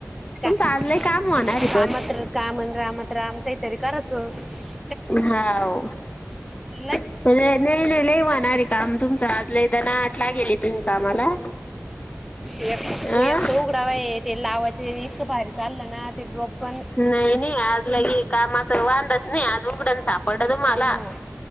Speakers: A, in the centre; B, on the left (about 30°).
A: का
B: तुमचं
A: कामात
B: आज लय काम होणार आहे पण
A: कामन रामात राम काहीतरी का. कस
B: हाव.
A: लय
B: पहिले नाही नाही लै वान होणार ये काम तुमच आज लई दनाआट लागेल ये तुम्ही कामाला.
A: नाही हो एक
B: अं
A: तर ऊघडावा आहे ते लावाचे इतकं भारी चाललं ना ते ड्रॉप पण
B: नाही नाही लगे कामाच वाध नाही आज उघड सापडलं तुम्हाला
A: हा